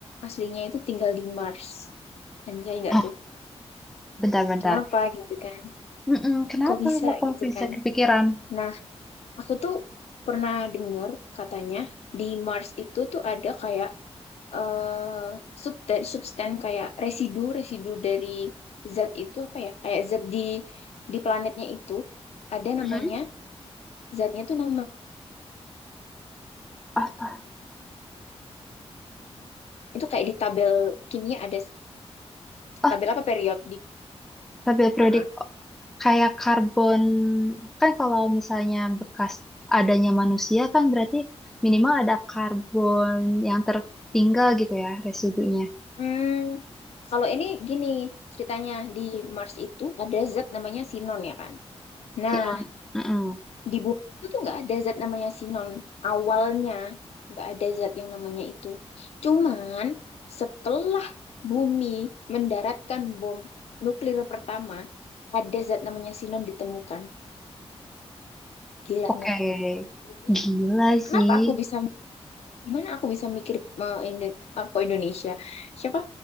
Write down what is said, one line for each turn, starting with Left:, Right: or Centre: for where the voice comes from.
Left: aslinya itu tinggal di Mars, anjay nggak
Centre: Hah,
Left: tuh?
Centre: bentar-bentar.
Left: Kenapa gitu kan?
Centre: Mm-mm, kenapa
Left: Kok bisa
Centre: aku
Left: gitu
Centre: bisa
Left: kan?
Centre: kepikiran?
Left: Nah, aku tuh pernah dengar katanya di Mars itu tuh ada kayak eh substan substan kayak residu residu dari zat itu apa ya kayak zat di di planetnya itu ada
Centre: Mhm.
Left: namanya zatnya tuh nama
Centre: Apa?
Left: itu kayak di tabel kimia ada s-
Centre: Ah,
Left: tabel apa period di
Centre: tabel periodik
Left: Heeh.
Centre: kayak karbon. Kan kalau misalnya bekas adanya manusia kan berarti minimal ada karbon yang tertinggal gitu ya residunya.
Left: Hmm, kalau ini gini ceritanya di Mars itu ada zat namanya sinon ya kan. Nah,
Centre: Si non. Mm-mm.
Left: di bumi itu tuh nggak ada zat namanya sinon awalnya nggak ada zat yang namanya itu cuman setelah bumi mendaratkan bom nuklir pertama ada zat namanya sinon ditemukan gila
Centre: Oke.
Left: nggak jadi
Centre: Gila
Left: kenapa
Centre: sih.
Left: aku bisa mikir, gimana aku bisa mikir mau Indo- apa Indonesia siapa